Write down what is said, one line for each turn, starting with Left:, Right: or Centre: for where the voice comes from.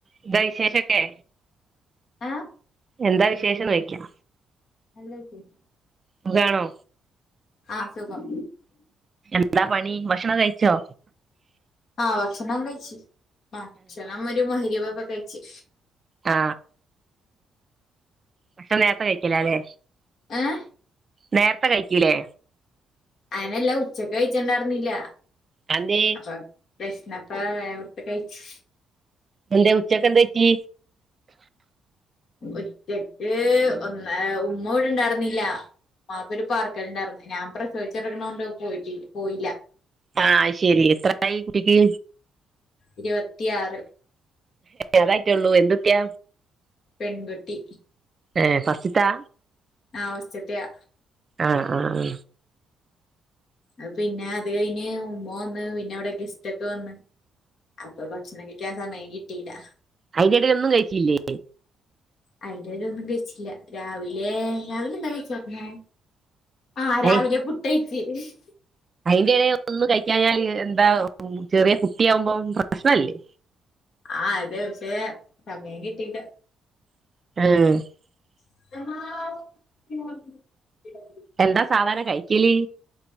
Right: എന്തായി വിശേഷഒക്കെ
Left: ആഹ്
Right: എന്താ വിശേഷം നോയ്ക്ക
Left: നല്ല വിശേഷം
Right: സുഖാണോ
Left: ആ സുഖം
Right: എന്താ പണി ഭക്ഷണം കഴിച്ചോ
Left: ആ ഭക്ഷണം കഴിച്ചു ഭക്ഷണം ഒരു മഗ്രിബബ് കഴിച്ച്
Right: ആ ഭക്ഷണം നേരത്തെ കഴിക്കിലല്ലേ
Left: ഏഹ്
Right: നേരത്തെ കഴിക്കൂലേ
Left: അങ്ങനെയല്ല ഉച്ചയ്ക്ക് കഴിച്ചുണ്ടായിരുന്നില്ല
Right: അതെന്തേ
Left: അപ്പ അത് പ്രശ്നം ആപ്പൊ വേഗം എടുത്ത് കഴിച്ച്
Right: എന്തെ ഉച്ചക്കെന്തുപറ്റി
Left: ഉച്ചയ്ക്ക് ഒന്ന് ഉമ്മ ഇവിടെ ണ്ടാർന്നില്ല ഉമ്മക്കൊരു പാർക്കൽ ഉണ്ടായിരുന്നു ഞാൻ പ്രസവിച്ചു കെടക്കണോണ്ട് പോയിട്ടില്ല പോയില്ല
Right: ആ അത് ശരി എത്രയായി കുട്ടിക്ക്
Left: ഇരുപത്തിയാറ്
Right: അതായിട്ടേ ഉള്ളൂ എന്തുട്ടിയ
Left: പെൺകുട്ടി
Right: ഏ ഫസ്റ്റ് ത്താ
Left: ആ ഫസ്റ്റത്തയാ
Right: ആ ആ ആ
Left: അ പിന്നെ അത് കഴിഞ്ഞ് ഉമ്മ വന്ന് പിന്നെ ഇവിട ഗെസ്റ്റ് ഒക്കെ വന്ന് അപ്പ ഭക്ഷണം കൈക്കാൻ സമയം കി റ്റിടാ
Right: അയിനിടെ ഒന്നും കഴിചില്ലേ
Left: അയിന്റെടെ ഒന്നും കഴിച്ചില്ല രാവിലെ രാവിലെ എന്താ കയിച്ചർന്നു ആ
Right: അയ്
Left: രാവിലെ പുട്ട് ചിസ്സ്
Right: ഏ ഒന്നും കയിക്കാഞ്ഞാൽ എന്താ ചെറിയ ട്ടി ആമ്പോ പ്രശ്നല്ലേ
Left: ആ അതെ പക്ഷേ സമയം കിട്ടീല്ല
Right: <unintelligible>
Left: <unintelligible>
Right: എന്താ സാധാർണ കഴിക്കല്